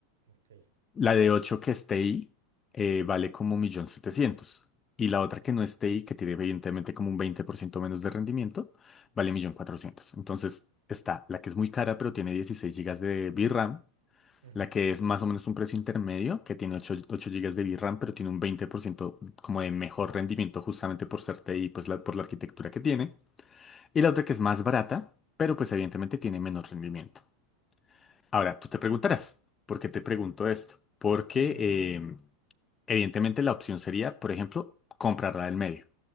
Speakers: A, on the right; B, on the left.
A: ok.
B: La de 8 que esté ahí eh, vale como 1.700.000 y la otra que no esté ahí, que tiene evidentemente como un 20% menos de rendimiento, vale 1.400.000. Entonces está la que es muy cara pero tiene 16 gigas de VRAM,
A: ujú,
B: la que es más o menos un precio intermedio, que tiene ocho ocho gigas de VRAM pero tiene un 20% como de mejor rendimiento justamente por ser T TI, pues la- por la arquitectura que tiene. Y la otra que es más barata, pero pues evidentemente tiene menos rendimiento. Ahora, tú te preguntarás, ¿por qué te pregunto esto? Porque...
A: ujú.
B: em, Evidentemente la opción sería, por ejemplo, comprarla del medio,